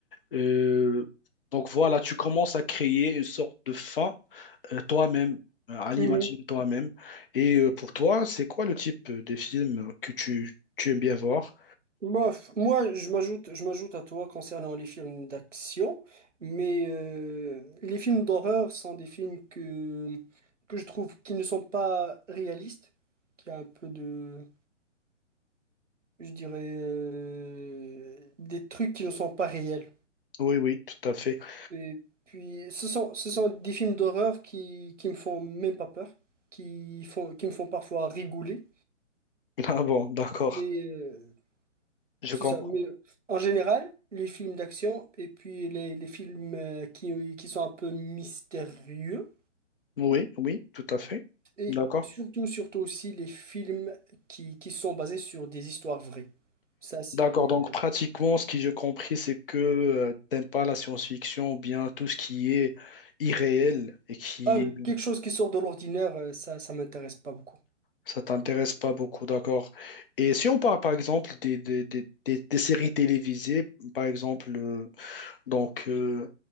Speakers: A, on the left; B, on the right.
A: euh, donc voilà tu commences à créer une sorte de fin euh, toi-même, euh, à l'imaginer
B: Mhm.
A: toi-même. Et euh, pour toi, c'est quoi le type euh, des films que tu, tu aimes bien voir?
B: Bof, moi, je m'ajoute, je m'ajoute à toi concernant les films d'action, mais euh, les films d'horreur sont des films que, que je trouve qui ne sont pas réalistes, qui a un peu de, je dirais, euh, des trucs qui ne sont pas réels.
A: Oui, oui, tout à fait. <laughs>
B: Et puis, ce sont, ce sont des films d'horreur qui, qui me font même pas peur, qui font, qui me font parfois rigoler,
A: Ah bon, d'accord,
B: Mais euh,
A: je
B: C'est
A: comprends.
B: ça, mais euh, en général, les films d'action et puis les, les films euh, qui, qui sont un peu mystérieux
A: Oui, oui, tout à fait.
B: et
A: D'accord.
B: surtout, surtout aussi les films qui, qui sont basés sur des histoires vraies. Ça, c'est...
A: D'accord, donc pratiquement,
B: euh,
A: ce que j'ai compris, c'est que tu t'aimes pas la science-fiction ou bien tout ce qui est irréel et qui
B: Ah, quelque chose qui sort de l'ordinaire, euh, ça, ça m'intéresse pas beaucoup.
A: ça t'intéresse pas beaucoup, d'accord. Et si on parle par exemple des, des, des, des- des séries télévisées, par exemple, euh, Donc, euh,